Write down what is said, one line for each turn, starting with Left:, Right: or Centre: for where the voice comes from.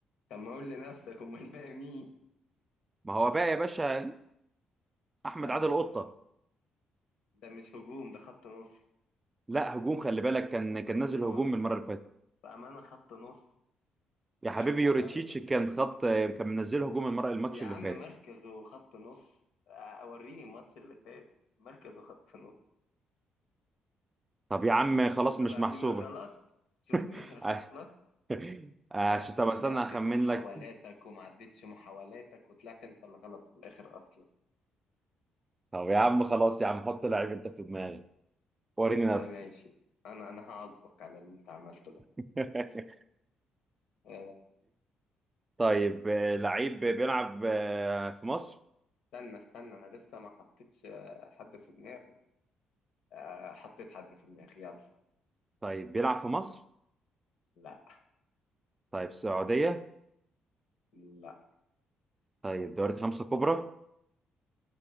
Left: طب ما قول لنفسك أمال الباقي مين؟
Right: ما هو بقى يا باشا احمد
Left: ده
Right: عادل قطة
Left: ده مش هجوم ده خط نص
Right: لا هجوم خلي بالك كان كان
Left: خط
Right: نازل
Left: نص
Right: هجوم من المرة اللي فاتت
Left: بأمانة خط نص
Right: يا حبيبي
Left: مش هجوم
Right: يوريتشيتش
Left: أبدا
Right: كان خط كان منزل هجوم المرة الماتش
Left: يا
Right: اللي
Left: عم
Right: فات
Left: مركزه خط نص اوريني الماتش اللي فات مركزه خط نص
Right: طب يا عم خلاص
Left: شفت
Right: مش
Left: بقى
Right: محسوبة
Left: مين الغلط شفت مين
Right: <laughs>
Left: الغلط
Right: عشان
Left: وقعدت
Right: طب
Left: تقول
Right: استنى
Left: لي عدت
Right: اخمن
Left: محاولاتك
Right: لك
Left: وما عدتش محاولاتك وطلعت انت الغلط في الاخر اصلا
Right: طب يا عم خلاص يا عم حط لعيب انت في دماغك وريني نفسك
Left: آه ماشي انا انا هعاقبك على اللي انت عملته ده
Right: <laughs>
Left: آه،
Right: طيب آه، لعيب بيلعب آه، في مصر
Left: استنى استنى انا لسه ما حطيتش آه، حد في دماغي آه، حطيت حد في دماغي يلا
Right: طيب بيلعب في مصر
Left: لا
Right: طيب السعودية
Left: لا
Right: طيب دوري خمسة كبرى